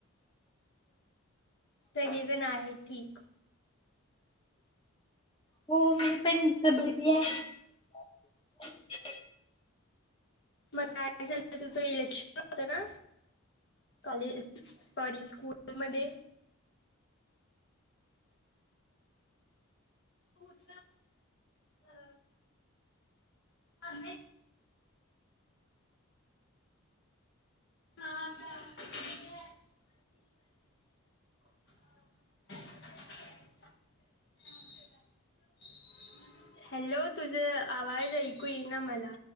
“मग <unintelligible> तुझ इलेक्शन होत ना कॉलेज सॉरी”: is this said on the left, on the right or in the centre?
Left